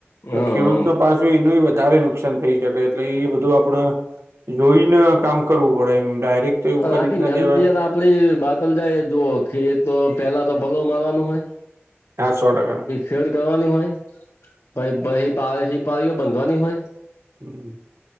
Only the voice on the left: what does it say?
હમ
આખી
મહેનત
યાર આપડી બાતલ જાય જુઓ કે તો પેલા તો ભલો મારવાનું હોય.
શેડ કરવાની હોય, પઇ ભાઈ પાડે થી પાળીઓ બાંધવાની હોય.